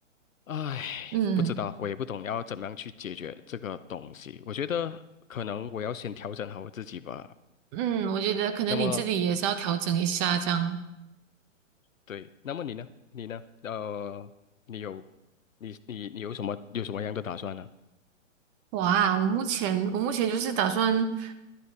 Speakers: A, on the left; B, on the right.
A: 唉，
B: 嗯
A: 不知道，我也不懂要怎么样去解决这个东西。我觉得可能我要先调整好我自己吧。
B: 嗯，我觉得可能你自己也是要调整一下这样。
A: 那么，对，那么你呢？你呢？呃，你有，你你你有什么有什么样的打算呢？
B: 哇，我目前我目前就是打算。